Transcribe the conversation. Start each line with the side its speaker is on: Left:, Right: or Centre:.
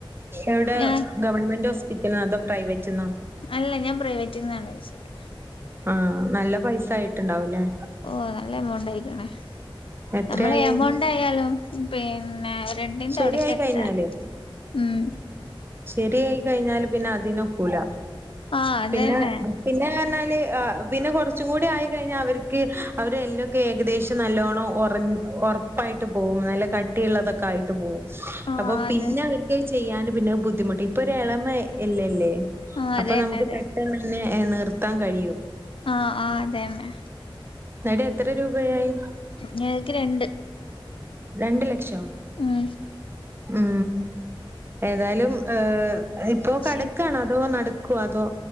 Right: എവിടെ
Left: ഞാൻ
Right: ഗവൺമെന്റ് ഹോസ്പിറ്റൽന്ന അതോ പ്രൈവറ്റ്ന്ന
Left: അല്ല ഞാൻ പ്രൈവറ്റിൽ നിന്നാണ് വോച്ചത്
Right: ആഹ നല്ല പൈസ ആയിട്ടുണ്ടാവൂലേ
Left: ഓ നല്ല എമൗണ്ട് ആയിക്കണേ
Right: എത്രയായി?
Left: നമ്മള് എമൗണ്ട് ആയാലും പിന്നെ രണ്ടിന്റെ
Right: ശരിയായി
Left: അവിടക്ക എത്താൻ
Right: കഴിഞ്ഞാല്
Left: ഉം
Right: ശരിയായി കഴിഞ്ഞാല് പിന്നെ അതിന് ഒക്കൂല
Left: ആഹ് അതന്നെ
Right: പിന്നെ പിന്നെ പറഞ്ഞാല് പിന്നെ കുറച്ചും കൂടി ആയി കഴിഞ്ഞാൽ അവർക്ക് അവരെ എല്ലാംൊക്കെ ഏകദേശം നല്ലോണം ഒറ ഒറപ്പായിട്ട് പോവും നല്ല കട്ടിയുള്ളതൊക്കെ ആയിട്ട് പോവും
Left: ആഹ്
Right: അപ്പൊ
Left: അതെ
Right: പിന്നെ അവർക്ക് ചെയ്യാന് പിന്നെ ബുദ്ധിമുട്ട് ഇപ്പൊ ഒരു എളമ ഇല്ലല്ലേ
Left: ആഹ്
Right: അപ്പ
Left: അതന്നെ
Right: നമുക്ക്
Left: അതന്നെ
Right: പെട്ടെന്ന് തന്നെ നിർത്താൻ കഴിയും
Left: ആഹ ആ അതെന്നേ
Right: എന്നാലും എത്ര രൂപയായി
Left: ഞങ്ങക്ക് രണ്ട്
Right: രണ്ടു ലക്ഷം
Left: ഉം
Right: ഉം ഏതാലും ഏ ഇപ്പോ കടക്കണോ
Left: ശരി
Right: അതോ നടക്കുവ അതോ